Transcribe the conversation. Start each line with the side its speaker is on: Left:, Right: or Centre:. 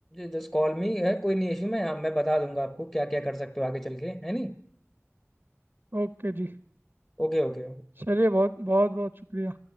Left: जस्ट कॉल मी है कोई नहीं इशू मैं हाँ, मैं बता दूंगा आपको क्या क्या कर सकते हो आगे चल के है नहीं
Right: ओके जी
Left: Okay okay
Right: चलिए बहुत बहुत बहुत शुक्रिया